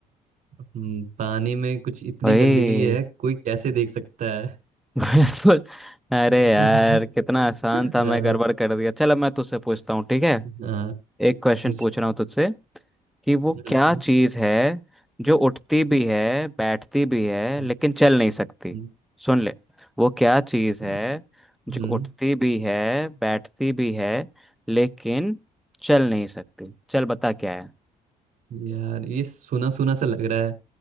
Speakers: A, on the right; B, in the centre.
A: हम्म, पानी में कुछ इतनी
B: भाई
A: गंदगी है कोई कैसे देख सकता है
B: <laughs> बिल्कुल अरे
A: <laughs>
B: यार कितना आसान था
A: हाँ
B: मैं गड़बड़ कर दिया चलो मैं तुझसे पूछता हूँ ठीक है
A: हाँ, कुछ
B: एक क्वेश्चन
A: कुछ
B: पूछ रहा हूँ तुझसे कि वो
A: हम्म,
B: क्या चीज है जो उठती भी है बैठती भी है
A: हम्म,
B: लेकिन चल नहीं सकती
A: हम्म,
B: सुन ले वो क्या चीज है
A: हम्म, हम्म,
B: जो उठती भी है बैठती भी है लेकिन चल नहीं सकती चल बता क्या है
A: यार ये सुना सुना सा लग रहा है